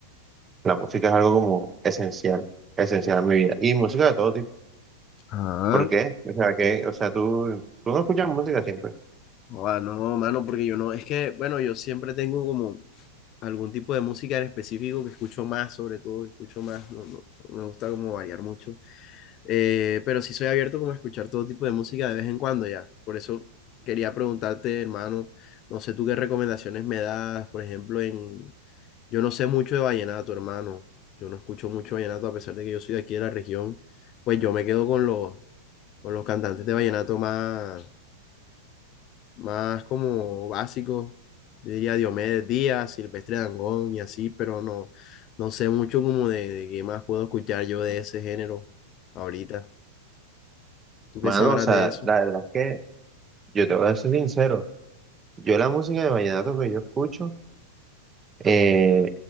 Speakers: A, on the right; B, on the left.
A: la música es algo como esencial, esencial en mi vida. Y música de todo tipo.
B: Ah,
A: ¿Por qué? O sea, que, o sea, tú, tú no escuchas música siempre.
B: ah, no, mano, porque yo no, es que, bueno, yo siempre tengo como, algún tipo de música en específico que escucho más, sobre todo, que escucho más, no, no, no me gusta como variar mucho, Eh, pero sí soy abierto como a escuchar todo tipo de música de vez en cuando ya, por eso quería preguntarte, hermano, no sé tú qué recomendaciones me das, por ejemplo, en, yo no sé mucho de vallenato, hermano, yo no escucho mucho vallenato a pesar de que yo soy de aquí de la región, pues yo me quedo con los, con los cantantes de vallenato más más como básico. Yo diría Diomedes Díaz, Silvestre Dangond y así, pero no, no sé mucho como de, de qué más puedo escuchar yo de ese género ahorita. ¿Tú
A: Mano,
B: qué sabrás
A: o sea,
B: de eso?
A: la verdad es que yo te voy a ser sincero, yo la música de vallenato que yo escucho, eh,